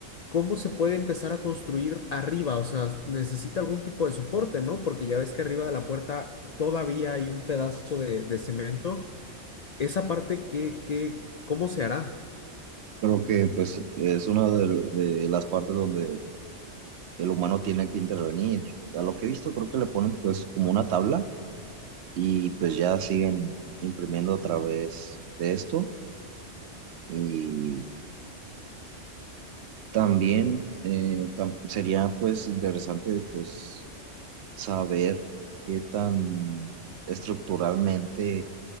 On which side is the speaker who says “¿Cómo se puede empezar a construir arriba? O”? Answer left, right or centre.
Left